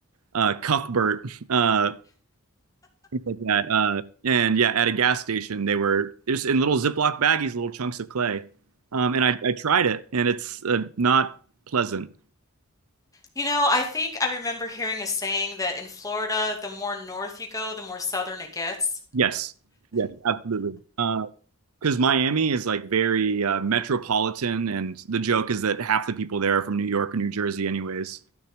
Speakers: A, on the right; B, on the left.
A: uh, Cuthbert, <laughs> uh, things like that. Uh, and yeah, at a gas station, they were just in little Ziploc baggies, little chunks of clay. Um, and I, I tried it, and it's uh, not pleasant.
B: You know, I think I remember hearing a saying that in Florida, the more north you go, the more southern it gets.
A: Yes, yes, absolutely. Uh, because Miami is like very uh, metropolitan, and the joke is that half the people there are from New York or New Jersey, anyways.